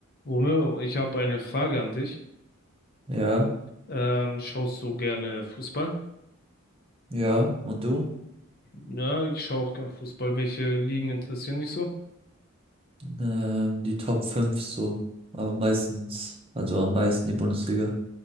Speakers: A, on the left (about 45°); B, on the right (about 25°).
A: Romeo, ich habe eine Frage an dich.
B: Ja,
A: Ähm, schaust du gerne Fußball?
B: ja. Und du?
A: Ja, ich schaue auch gerne Fußball. Welche Ligen interessieren dich so?
B: Ähm, die Top 5 so. Aber meistens, also am meisten die Bundesliga.